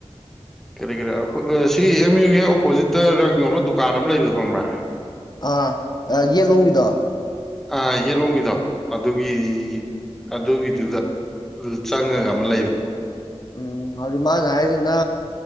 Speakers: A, in the centre; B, on the left.
A: ꯀꯔꯤ ꯀꯔꯤ ꯑꯩꯈꯣꯏ ꯁꯤ ꯑꯦꯝ ꯌꯨꯒꯤ ꯍꯦꯛ ꯑꯣꯄꯣꯖꯤꯠꯇ ꯔꯪ ꯌꯣꯟꯕ ꯗꯨꯀꯥꯟ ꯑꯃ ꯂꯩꯕꯗꯣ ꯈꯪꯕꯔꯥ
B: ꯑꯥ ꯌꯦꯠꯂꯣꯡꯒꯤꯗꯣ
A: ꯑꯥ ꯌꯦꯠꯂꯣꯝꯒꯤꯗꯣ ꯑꯗꯨꯒꯤ ꯑꯗꯨꯒꯤꯗꯨꯗ ꯆꯪꯉꯒ ꯑꯃ ꯂꯩꯕ
B: ꯎꯝ ꯍꯧꯖꯤꯛ ꯃꯥꯅ ꯍꯥꯏꯁꯤꯅ